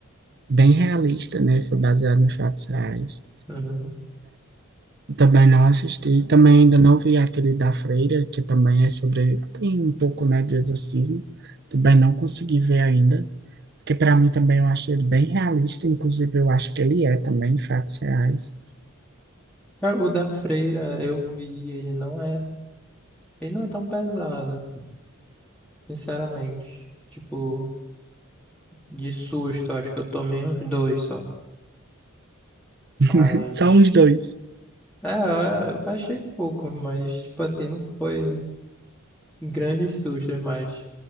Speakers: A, on the right; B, in the centre.
A: bem realista, né? Foi baseado em fatos reais.
B: Uhum.
A: Também não assisti, também ainda não vi aquele da Freira, que também é sobre, tem um pouco, né, de exorcismo. Também não consegui ver ainda, porque para mim também eu acho ele bem realista, inclusive eu acho que ele é também fatos reais.
B: Ah, O da Freira, eu vi, ele não é, ele não é tão pesado, sinceramente. Tipo, de susto, acho que eu tomei uns dois só. Mas,
A: <laughs> Só uns dois,
B: é, eu achei pouco, mas, tipo assim, não foi grandes sustos, mas